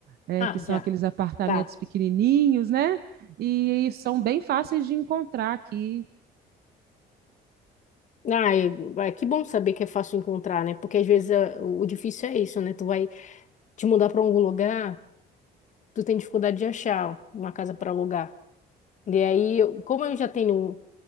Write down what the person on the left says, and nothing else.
Ah,
já.
Tá.
Ah, eu- ah, que bom saber que é fácil encontrar, né? Porque às vezes é, o o difícil é isso, né? Tu vai te mudar para algum lugar, tu tem dificuldade de achar uma casa para alugar. E aí, eu- como eu já tenho